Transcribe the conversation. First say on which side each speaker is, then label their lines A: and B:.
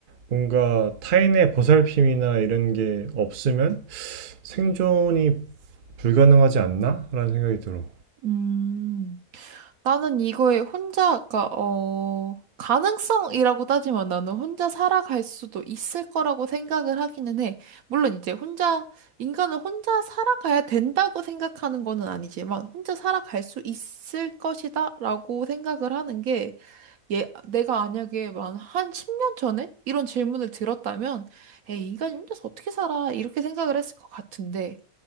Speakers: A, on the right (about 50°); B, on the right (about 65°).
A: 뭔가 타인의 보살핌이나 이런 게 없으면 생존이 불가능하지 않나? 라는 생각이 들어.
B: 음. 나는 이거에 혼자, 그니까, 어, 가능성이라고 따지면 나는 혼자 살아갈 수도 있을 거라고 생각을 하기는 해. 물론 이제 혼자, 인간은 혼자 살아가야 된다고 생각하는 거는 아니지만, 혼자 살아갈 수 있을 것이다 라고 생각을 하는 게, 예, 내가 만약에 만 한 10년 전에 이런 질문을 들었다면, 에이, 인간이 혼자서 어떻게 살아? 이렇게 생각을 했을 것 같은데,